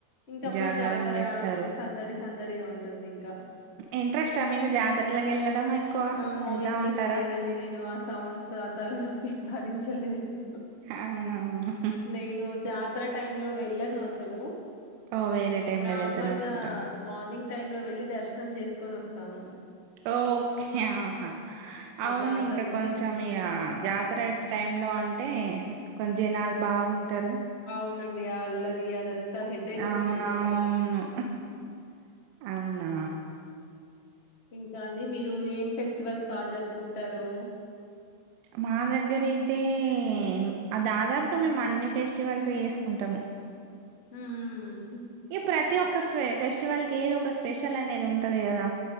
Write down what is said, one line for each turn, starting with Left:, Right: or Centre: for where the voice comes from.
Left: ఇంక అప్పుడు
Right: జాగారం
Left: జాతర
Right: చేస్తారు
Left: సందడిస్త సందడిగా ఉంటుంది ఇంకా
Right: ఇంట్రెస్టా మీకు జాతరలకి వెళ్ళడం ఎక్కువ
Left: ఏమో
Right: వెళ్తా
Left: ఇంట్రెస్ట్
Right: ఉంటారా
Left: లేదండి నేను ఆ సౌండ్స్ ఆ తలనొప్పి భరించలేను
Right: అవునవును
Left: నేను జాతర టైమ్ లో వెళ్ళను అస్ హలో
Right: ఓ వేరే టైంలో
Left: నార్మల్
Right: వెళ్తారు అనుకుంటా
Left: గా మార్నింగ్ టైమ్ లో వెళ్లి దర్శనం దర్శనం చేసుకొని వస్తాము
Right: ఓ కే ఆహా
Left: ఆ
Right: అవును
Left: జాతరలో
Right: ఇంకా కొంచెం ఇక జాతర టైం లో అంటే కొంచెం జనాలు బాగుంటారు
Left: అవునండి ఆ అల్లరి అదంతా హెడేక్ వస్తది
Right: అవునవును
Left: బాగా
Right: అవునా
Left: ఇంకా. అండి మీరు ఏం ఫెస్టివల్స్ బాగా జరుపుకుంటారు
Right: మా దగ్గరయితే మ్ ఆ దాదాపుగా మేము అన్ని ఫెస్టివల్స్ చేసుకుంటము
Left: హ్మ్
Right: ఈ ప్రతి ఒక్క స్వే ఫేస్ ఫెస్టివల్ కి ఏదో ఒక స్పెషల్ అనేది ఉంటంది కదా